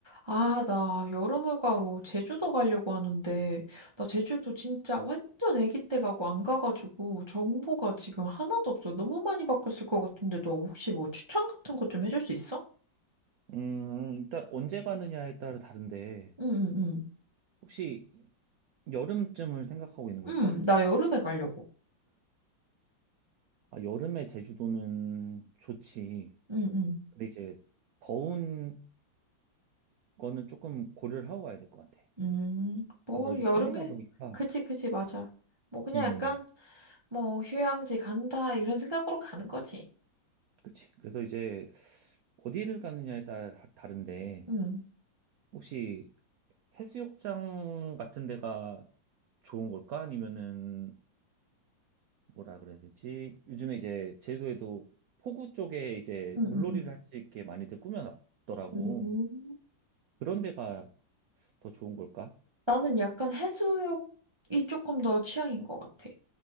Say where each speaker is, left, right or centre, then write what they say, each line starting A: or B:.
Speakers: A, on the right; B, on the right.
A: 아, 나 여름휴가로 제주도 가려고 하는데, 나 제주도 진짜 완전 아기 때 가고 안 가가지고 정보가 지금 하나도 없어. 너무 많이 바뀌었을 것 같은데, 너 혹시 뭐 추천 같은 거 좀 해줄 수 있어?
B: 음, 일단 언제 가느냐에 따라 다른데,
A: 응, 응, 응.
B: 혹시 여름쯤을 생각하고 있는 걸까?
A: 응, 나 여름에 가려고.
B: 아, 여름에 제주도는 좋지.
A: 응, 응.
B: 근데 이제 더운 거는 조금 고려를 하고 가야 될 것 같아.
A: 음, 뭐,
B: 아무래도
A: 여름에.
B: 섬이다 보니까,
A: 그지, 그지, 맞아. 뭐, 그냥
B: 음,
A: 약간, 뭐, 휴양지 간다, 이런 생각으로 가는 거지.
B: 그치. 그래서 이제 어디를 가느냐에 따라 다- 다른데,
A: 응,
B: 혹시 해수욕장 같은 데가 좋은 걸까? 아니면은 뭐라 그래야 되지? 요즘에 이제 제주도에도 포구 쪽에 이제
A: 응,
B: 물놀이를
A: 응,
B: 할 수 있게 많이들 꾸며놨더라고.
A: 응. 음.
B: 그런 데가 더 좋은 걸까?
A: 나는 약간 해수욕이 조금 더 취향인 것 같아.